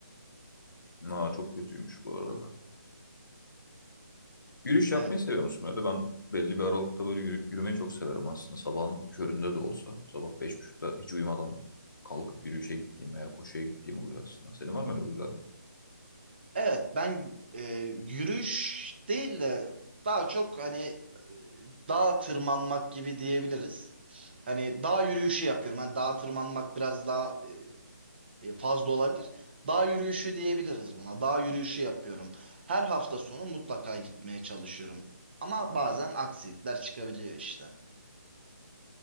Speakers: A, on the left; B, on the right.
A: Aa, çok kötüymüş bu arada. Yürüyüş yapmayı
B: Evet,
A: seviyor musun öyle? Ben belli bir aralıkta böyle yürü- yürümeyi çok severim aslında. Sabahın köründe de olsa. Sabah beş buçukta hiç uyumadan kalkıp yürüyüşe gittiğim veya koşuya gittiğim oluyor aslında. Senin var mı öyle huyların?
B: evet ben e, yürüyüş değil de daha çok hani e, dağa tırmanmak gibi diyebiliriz. Hani dağ yürüyüşü yapıyorum. Hani dağa tırmanmak biraz daha e, e, fazla olabilir. Dağ yürüyüşü diyebiliriz buna. Dağ yürüyüşü yapıyorum. Her hafta sonu mutlaka gitmeye çalışıyorum. Ama bazen aksilikler çıkabiliyor işte.